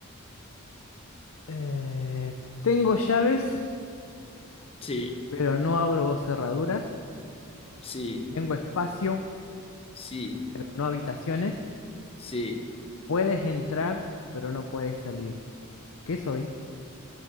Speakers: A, on the left; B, on the left.
A: Eh, tengo llaves,
B: Sí,
A: pero no abro cerraduras.
B: sí,
A: Tengo espacio,
B: sí,
A: pero no habitaciones.
B: sí.
A: Puedes entrar, pero no puedes salir. ¿Qué soy?